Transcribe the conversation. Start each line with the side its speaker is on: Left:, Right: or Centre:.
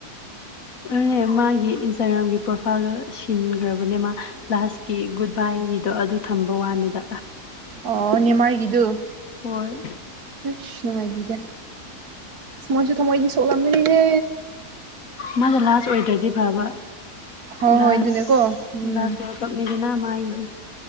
Left: ꯑꯗꯨꯅꯦ ꯃꯥꯒꯤ ꯏꯟꯁꯇꯥꯒ꯭ꯔꯥꯝꯒꯤ ꯄ꯭ꯔꯣꯐꯥꯏꯜꯒꯗꯣ ꯁꯤꯟꯒ꯭ꯔꯕꯅꯦ ꯃꯥ ꯂꯥꯁ ꯀꯤ ꯒꯨꯗ ꯕꯥꯏꯒꯤꯗꯣ ꯑꯗꯨ ꯊꯝꯕ ꯋꯥꯅꯤꯗ
Right: ꯑꯣ ꯅꯦꯃꯥꯔꯒꯤꯗꯨ
Left: ꯍꯣꯏ
Right: ꯏꯁ ꯅꯨꯡꯉꯥꯏꯕꯤꯗꯦ ꯃꯣꯏꯁꯨ ꯊꯃꯣꯏꯗꯤ ꯁꯣꯛꯂꯝꯒꯅꯤꯍꯦ
Left: ꯃꯥꯗꯣ ꯂꯥꯁ ꯑꯣꯏꯗ꯭ꯔꯗꯤ ꯐꯕ
Right: ꯍꯣꯏ
Left: ꯂꯥꯁ
Right: ꯍꯣꯏ ꯑꯗꯨꯅꯦꯀꯣ ꯎꯝ
Left: ꯂꯥꯁ ꯀꯞꯅꯤꯗꯅ ꯃꯥꯒꯤꯗꯤ